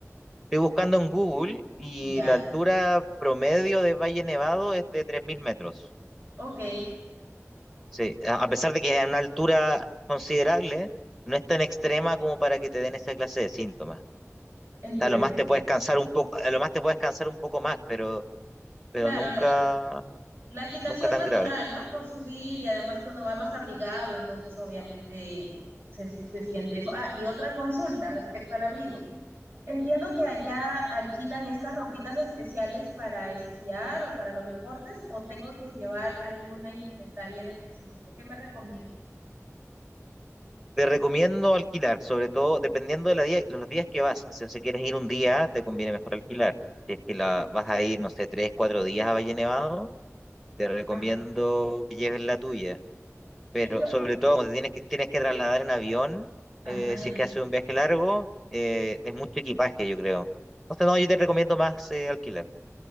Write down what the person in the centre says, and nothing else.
estoy buscando en Google y
la altura promedio de Valle Nevado es de 3.000 metros.
Sí, a a pesar de que es una altura considerable, no es tan extrema como para que te den esa clase de síntomas.
sea, a lo más
te puedes cansar un poco, a lo más te puedes cansar un poco más, pero, pero
nunca,
nunca tan
grave.
Te recomiendo alquilar, sobre todo dependiendo de la día, los días que vas. Si, si quieres ir un día, te conviene mejor alquilar. Si es que la, vas a ir, no sé, tres, cuatro días a Valle Nevado, te recomiendo
que lleves la tuya. Pero
sobre todo, como te tienes que, tienes que trasladar en avión,
eh,
si es que haces un viaje largo, eh, es mucho equipaje, yo creo. Entonces, no, yo te recomiendo más eh, alquilar.